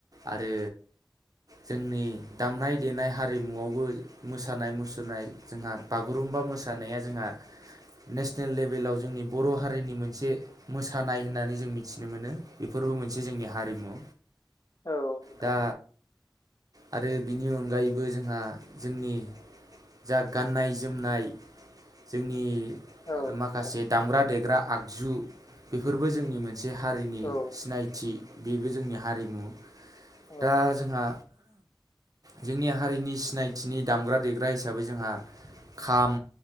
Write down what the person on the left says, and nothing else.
औ नोंथां
औ
नोंथां
औ
औ